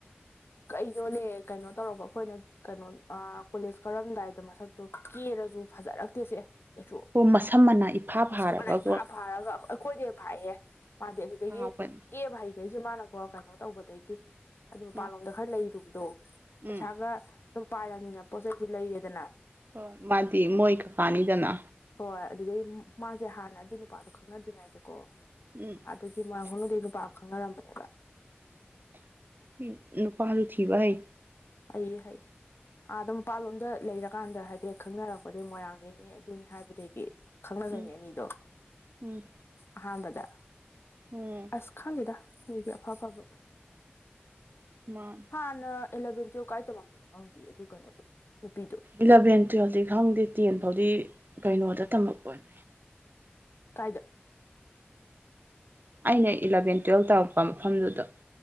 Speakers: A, on the left; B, on the right.
A: ꯀꯩꯅꯣꯅꯦ ꯀꯩꯅꯣ ꯇꯧꯔꯕ ꯑꯩꯈꯣꯏꯅ ꯀꯩꯅꯣ ꯑꯥ ꯀꯣꯂꯦꯖ ꯀꯔꯝꯗꯥꯏꯗ ꯃꯁꯛꯇꯣ ꯀꯦꯔꯖꯨ ꯐꯖꯔꯛꯇꯦꯁꯦ ꯀꯩꯁꯨ
B: ꯍꯣ ꯃꯁꯝ ꯃꯅꯥ ꯏꯐꯥ
A: ꯃꯁꯝ
B: ꯐꯥꯔꯒꯀꯣ
A: ꯃꯅꯥꯏ ꯐꯥ ꯐꯥꯔꯒ ꯑꯛ ꯑꯩꯈꯣꯏꯗꯤ ꯍꯦꯟ ꯐꯥꯏꯌꯦ ꯃꯥꯗꯤ ꯑꯗꯨꯗꯒꯤ
B: ꯐꯥꯕꯅꯤ
A: ꯀꯦꯕ ꯍꯩ ꯁꯤꯗꯩꯖꯤ ꯃꯥꯅꯀꯣ ꯀꯩꯅꯣ ꯇꯧꯕꯗꯒꯤ
B: ꯎꯝ
A: ꯄꯥꯟꯂꯣꯝꯗ ꯈꯔ ꯂꯩꯔꯨꯕꯗꯣ
B: ꯎꯝ
A: ꯄꯩꯁꯥꯒ ꯑꯗꯨꯝ ꯄꯥꯏꯔꯕꯅꯤꯅ ꯄꯣꯠ ꯆꯩꯁꯨ ꯂꯩꯔꯦꯗꯅ
B: ꯍ ꯃꯥꯗꯤ ꯃꯣꯏ ꯀꯛꯀꯥ ꯅꯤꯗꯅꯥ
A: ꯍꯣꯏ ꯑꯗꯨꯗꯩ ꯃꯥꯖꯦ ꯍꯥꯟꯅ ꯑꯗꯨ ꯅꯨꯄꯥꯗꯣ ꯈꯪꯅꯗ꯭ꯔꯤꯉꯩꯗꯀꯣ
B: ꯎꯝ
A: ꯑꯗꯨꯒꯤ ꯃꯣꯏꯔꯥꯡ ꯈꯨꯅꯩꯗꯩ ꯅꯨꯄꯥ ꯑꯝ ꯈꯪꯅꯔꯝꯕꯅꯦꯕ
B: ꯃꯤ ꯅꯨꯄꯥꯖꯨ ꯊꯤꯕ ꯍꯩ
A: ꯍꯩꯌꯦ ꯍꯩ ꯑꯥꯗ ꯃꯄꯥꯟꯂꯣꯝꯗ ꯂꯩꯔꯀꯥꯟꯗ ꯍꯥꯏꯐꯦꯠ ꯈꯪꯅꯔꯛꯄꯗꯒꯤ ꯃꯣꯏꯔꯥꯡꯗꯩꯅꯦ ꯑꯗꯨꯅꯦ ꯍꯥꯏꯕꯗꯒꯤ ꯈꯪꯅꯗꯣꯏꯅꯦ
B: ꯎꯝ
A: ꯑꯅꯤꯗꯣ
B: ꯎꯝ
A: ꯑꯍꯥꯟꯕꯗ
B: ꯎꯝ
A: ꯑꯥꯁ ꯈꯪꯗꯦ ꯑꯩꯗꯤ ꯑꯐꯥ ꯑꯐꯥꯕ
B: ꯃꯥ
A: ꯍꯥꯟꯅ ꯑꯦꯂꯚꯦꯟ ꯇꯨꯋꯦꯜꯞ ꯀꯥꯏ ꯇꯧꯃꯝꯕꯅꯣ ꯈꯪꯗꯦ ꯑꯗꯨ ꯀꯩꯅꯣꯗꯣ ꯅꯨꯄꯤꯗꯣ
B: ꯏꯂꯚꯦꯟ ꯇꯨꯌꯦꯦꯜꯐꯇꯤ ꯈꯪꯗꯦ ꯇꯦꯟ ꯐꯥꯎꯗꯤ ꯀꯩꯅꯣꯗ ꯇꯝꯃꯛꯄꯅꯦ
A: ꯀꯥꯏꯗ
B: ꯑꯩꯅ ꯏꯂꯕꯦꯟ ꯇꯨꯌꯦꯜꯞ ꯇꯧꯔꯛꯄ ꯃꯐꯝꯗꯨꯗ